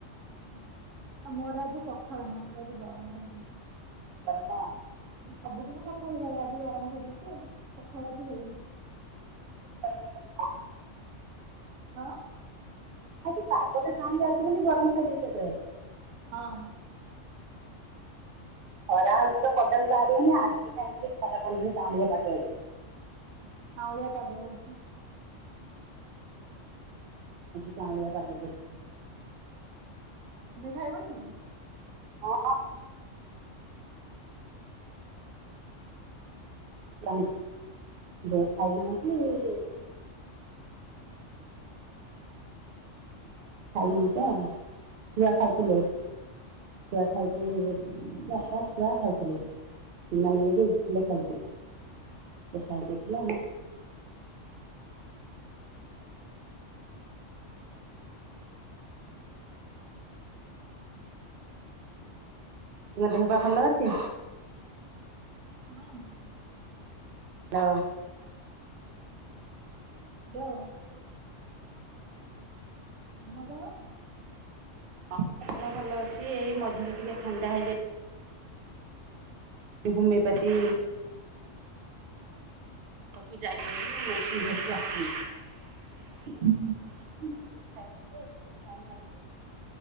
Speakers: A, on the right; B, on the right.
A: ହଁ ଆ ମୋର ଆଜି ପଖାଳ ନୁହଁ ମୁଁ ଆଜି ଗରମ ଖାଇେଦେଇଛି।
B: ଗରମ।
A: ମୁଁ ସବୁଦିନ ପଖାଳ ଖାଏ ଆଜି ଗରମ ଖାଇ ଦେଇଛି ଆଉ ପଖାଳ ଆଜି ହେଇନି।
B: ଗରମ ଖାଇଦେଇଛ
A: ହଁ।
B: ଆଜି ପାଗ ଟା କାଲିଆ ଅଛି ବୋଲି ଗରମ ଖାଇଦେଇଛ ପ୍ରାଏ
A: ହଁ।
B: ଖରା ହଉଛି ତ ପଦା ବି ବାହାରିବଉନି ଆଜି କାହିଁକି ଖରା କାଲିଆ ପାଗ ଅଛି।
A: ଆଜି କା ଉଳିଆ ପାଗ କରଛି।
B: ଆଜି କାଉଁଳିଆ ପାଗ କରିଛି।
A: ତମେ ଖାଇବନି କି?
B: ହଁ ହଁ। ଜଣି ଯୋଉ ଖାଇନାହାନ୍ତି?
A: ହୁଁ ହୁଁ।
B: ଖାଇନି ତ <unintelligible> ଖାଇଥିଲେ। ଛୁଆ ଖାଇଥିଲେ
A: ହଁ
B: ବାପା ଛୁଆ ଖାଇଥିଲେ। ସେମାନେ ଏବେ ଉଠଥିଲେ ଖାଇକି ସେ ଖାଇକି ଉଠିଲେ ଆମେ
A: ହୁଁ ହୁଁ। ହୁଁ।
B: ତୁମ ଦେହ ପା ଭଲ ଅଛି?
A: ହଁ ଭଲ ଅଛି।
B: ଲ
A: ହାଲୋ। ଆମ ଦେହ
B: ହଁ ଦେହ ଭଲ ଅଛି ଏଇ ମଝିରେ ଟିକେ ଥଣ୍ଡା ହେଇଯାଇ ହୋମିଓପାତି ପାଖକୁ ଯାଇଥିଲି ମେଡିସିନ ଧରିକି ଆସିଥିଲି ଥିଲି। <inaudible> ଖାଇଲା ପରେ ଏବେ ଟିକେ କମ୍ ଲାଗୁଛି।